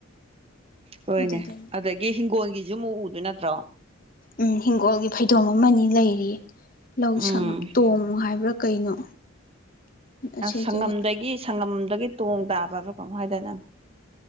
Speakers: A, on the right; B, on the left.
A: ꯍꯣꯏꯅꯦ
B: ꯑꯗꯨꯗ
A: ꯑꯗꯒꯤ ꯍꯤꯡꯒꯣꯜꯒꯤ ꯑꯃꯨꯛ ꯎꯗꯣꯏ ꯅꯠꯇ꯭ꯔꯣ
B: ꯎꯝ ꯍꯤꯡꯒꯣꯜꯒꯤ ꯐꯩꯗꯣꯝ ꯑꯃꯅꯤ ꯂꯩꯔꯤꯌꯦ ꯂꯧꯁꯪ
A: ꯎꯝ
B: ꯇꯣꯡꯉꯨ ꯍꯥꯏꯕ꯭ꯔꯥ ꯀꯩꯅꯣ ꯑꯁꯤꯁꯤꯗ
A: ꯁꯪꯉꯝꯗꯒꯤ ꯁꯪꯒꯝ ꯑꯗꯨꯒꯤ ꯇꯣꯡ ꯇꯥꯕꯕ꯭ꯔꯥ ꯀꯃ ꯍꯥꯏꯗꯅꯪ